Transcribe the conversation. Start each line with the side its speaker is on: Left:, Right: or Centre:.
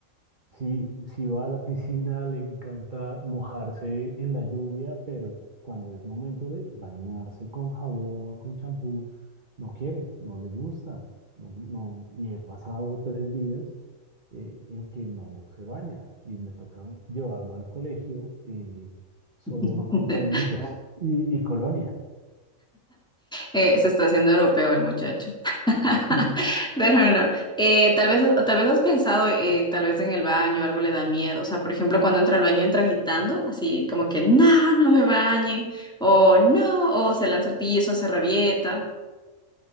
Right: Sí, si va a la piscina, le encanta mojarse en la lluvia, pero cuando es momento de bañarse con jabón, con champú, no quiere, no le gusta. No, no- y he pasado tres días eh, en que no se baña y me toca llevarlo al colegio eh, solo
Centre: <laughs>
Right: con pañitos y, y colonia.
Centre: Eh, se está haciendo europeo el muchacho. <laughs>
Right: Sí,
Centre: Pero no. Eh, tal vez, tal vez has pensado, eh, tal vez en el baño algo le da miedo. O sea, por ejemplo, cuando entra al baño entra gritando, así como que no, no me bañen, o no, o se lanza al piso, se rabieta.